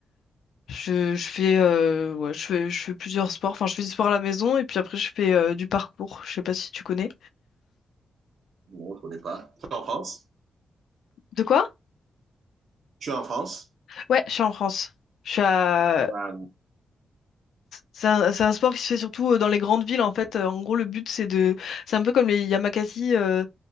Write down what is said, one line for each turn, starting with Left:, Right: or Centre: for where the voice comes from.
Left: Je, je fais, euh, ouais, je fais, je fais plusieurs sports. Enfin, je fais du sport à la maison et puis après, je fais euh, du parcours. Je sais pas si tu connais.
Right: non, je connais pas. Tu es en France?
Left: De quoi?
Right: Tu es en France?
Left: Ouais, je suis en France. Je suis à...
Right: Ouais,
Left: C'est un, c'est un sport qui se fait surtout euh, dans les grandes villes en fait. Euh, En gros, le but c'est de, c'est un peu comme les Yamakasi. euh,